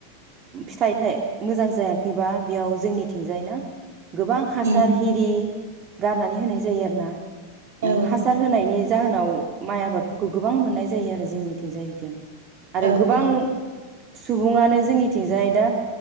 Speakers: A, on the right; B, on the right.
A: फिथाइ थाइ मोजां जायाखैबा बेयाव जोंनिथिंजाय ना गोबां हासार
B: उम
A: हिरि गारनानै होनाय जायो आरोना।
B: औ
A: उम हासार होनायनि जाहोनाव माइ आबादफोरखौ गोबां मोननाय जायो आरो जोंनिथिंजाय बिथिं। आरो
B: औ उम
A: गोबां सुबुङानो जोंनिथिंजाय दा